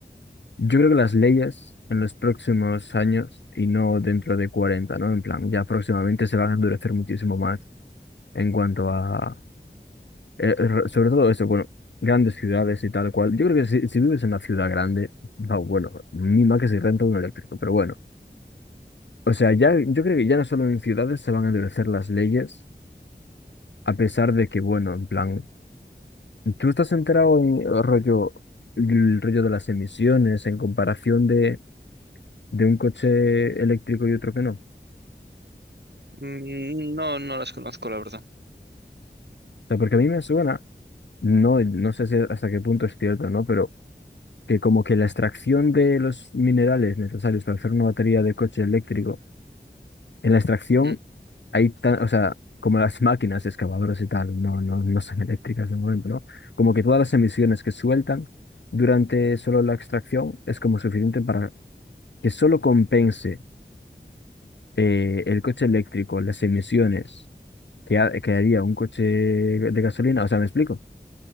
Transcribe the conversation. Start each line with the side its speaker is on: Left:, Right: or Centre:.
Left: yo creo que las leyes en los próximos años, y no dentro de cuarenta ¿no? En plan, ya próximamente se van a endurecer muchísimo más en cuanto a Eh, eh, re- sobre todo eso, bueno, grandes ciudades y tal cual. Yo creo que si, si vives en una ciudad grande, va, bueno, mima que si renta un eléctrico, pero bueno. O sea, ya, yo creo que ya no solo en ciudades se van a endurecer las leyes, a pesar de que, bueno, en plan, tú estás enterado en el rollo, el rollo de las emisiones en comparación de, de un coche eléctrico y otro que no. O
Right: Mm, No, no las conozco, la verdad.
Left: sea, porque a mí me suena, no, no sé si hasta qué punto es cierto, ¿no? Pero que como que la extracción de los minerales necesarios para hacer una batería de coche eléctrico, en la extracción
Right: Mm.
Left: hay tan, o sea, como las máquinas excavadoras y tal, no, no, no son eléctricas de momento, ¿no? Como que todas las emisiones que sueltan durante solo la extracción es como suficiente para que solo compense eh, el coche eléctrico, las emisiones que, ha- que haría un coche de gasolina, o sea, ¿me explico?